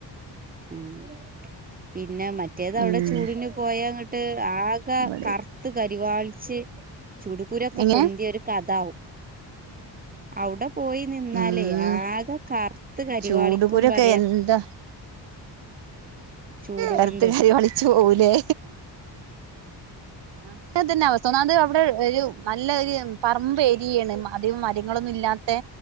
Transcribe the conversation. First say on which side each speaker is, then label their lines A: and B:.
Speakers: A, on the right; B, on the right.
A: ഉം പി പിന്നെ മറ്റേത് അവിടെ
B: ഉം
A: ചൂടിന് പോയാട്ട് <inaudible> ആകെ
B: ഇവിടെ
A: കറുത്ത് കരിവാളിച്ച് ചുടുകുരൊക്കെ
B: എങ്ങനെ
A: പൊന്തിയ ഒരു കഥാവും അവിടെ പോയി നിന്നാൽ
B: ഉം
A: ആകെ കറുത്ത് കരിവാളിക്കും
B: ചൂടുകുരൊക്കെ
A: പറയാ.
B: എന്താ
A: ചൂടോണ്ട്
B: കറുത്ത് കരുവാളിച്ച് പോവൂല്ലേ? ആ അങ്ങനെ തന്നെ അവസ്ഥ. ഒന്നാത് അവിടെ ഒരു നല്ല ഒരു പറമ്പ് ഏരിയാണ്. അധികം മരങ്ങളൊന്നും ഇല്ലാത്ത